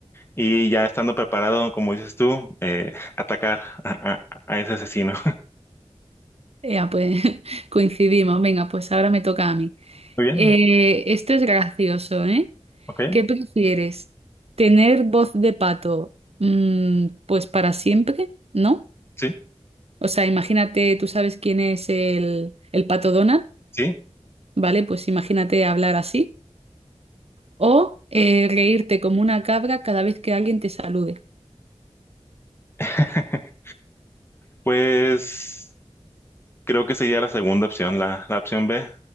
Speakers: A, on the left; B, on the right.
A: y ya estando preparado, como dices tú, eh, <laughs> atacar a, a- a ese asesino. <laughs>
B: Ya, pues <laughs> coincidimos. Venga, pues ahora me toca a mí.
A: Muy bien,
B: Eh, esto es gracioso, ¿eh?
A: ok,
B: ¿Qué prefieres? ¿Tener voz de pato, mm, pues para siempre? ¿No?
A: sí,
B: O sea, imagínate, tú sabes quién es el, el pato Donald,
A: sí.
B: ¿vale? Pues imagínate hablar así. O eh, reírte como una cabra cada vez que alguien te salude.
A: <laughs> Pues... Creo que sería la segunda opción, la, la opción B,